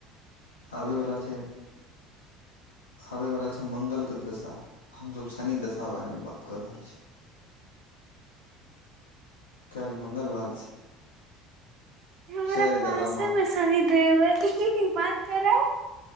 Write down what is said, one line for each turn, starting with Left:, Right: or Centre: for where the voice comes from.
Left: आबै वला छै आबे वालला छै मंगल के दशा हमसभ शनि दशा बारेमे बात कऽ रहल छी काल्हि मङ्गलवार छै
Right: हमरा
Left: चारि
Right: पास
Left: गदा मार
Right: है मे शनी देव एक एक बात करा